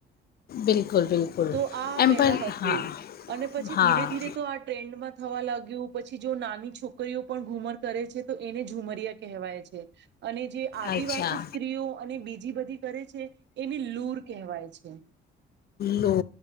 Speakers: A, on the left; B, on the right.
A: બિલકુલ બિલકુલ
B: તો આ પેલા
A: એમ પણ
B: હતું,
A: હા
B: અને પછી
A: હા
B: ધીરે ધીરે તો આ ટ્રેન્ડમાં થવા લાગ્યું પછી જો નાની છોકરીઓ પણ ઘૂમર કરે છે, તો એને ઝુમર્યા કહેવાય છે. છે. અને જે આદિવાસી
A: અચ્છા
B: સ્ત્રીઓ અને બીજી બધી કરે છે, એને લૂર કહેવાય છે
A: લો,